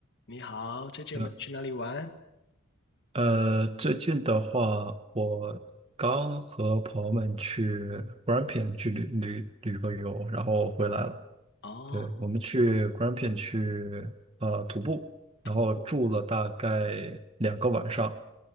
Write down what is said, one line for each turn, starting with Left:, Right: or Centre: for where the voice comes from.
Left: 你好，最近有没有去哪里玩？
Right: 你们呃，最近的话，我刚和朋友们去 Grampian 去旅旅旅个游，然后回来了。
Left: 哦，
Right: 对，我们去 Grampian 去呃徒步，然后住了大概两个晚上。
Left: 徒步。